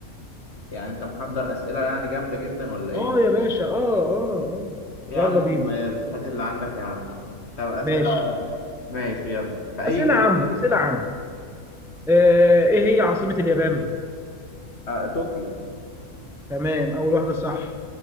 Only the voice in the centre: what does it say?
اه يا باشا اه اه اه
يلا
بينا
ماشي
اسئله
عامه اسئله عامه آه، ايه هي عاصمه اليابان
تمام اول واحده صح